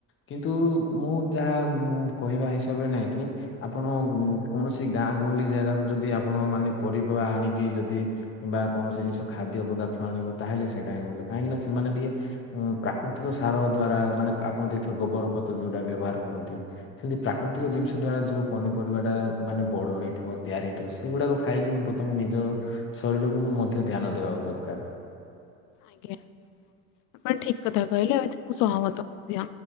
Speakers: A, on the left; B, on the left.
A: କିନ୍ତୁ ମୁଁ ଯାହା କହିବା ହିସାବରେ ନାଇଁ କି ଆପଣ କୌଣସି ଗାଁ ଗହଳି ଜାଗାରୁ ଯଦି ଆପଣ ମାନେ ପରିବା ଆଣିକି ଯଦି କିମ୍ବା କୌଣସି ଜିନିଷ ଖାଦ୍ୟ ପଦାର୍ଥ ଆଣିବ ତାହଲେ ସେଇଟା ହିଁ ଭଲ କାହିଁକିନା ସେମାନେ ଟିକେ ହଁ ପ୍ରାକୃତିକ ସାର ଦ୍ଵାରା ମାନେ ଆପଣ ଦେଇଥିବା ଗୋବର ଖତ ଯୋଉଟା ବ୍ୟବହାର କରନ୍ତି ସେମିତି ପ୍ରାକୃତିକ ଜିନିଷ ଦ୍ଵାରା ଯୋଉ ପନିପରିବା ଟା ମାନେ ବଡ ହେଇଥିବ ତିଆରି ହେଇଥିବ ସେ ସେଗୁଡାକ ଖାଇକି ମୁ ତମେ ନିଜ ଶରୀରକୁ ମଧ୍ୟ ଧ୍ୟାନ ଦେବା ଦରକାର।
B: ଆଜ୍ଞା। ଭାଇ ଠିକ୍ କଥା କହିଲେ ଆଉ ଏଥିରେ ମୁଁ ସହମତ ମଧ୍ୟ।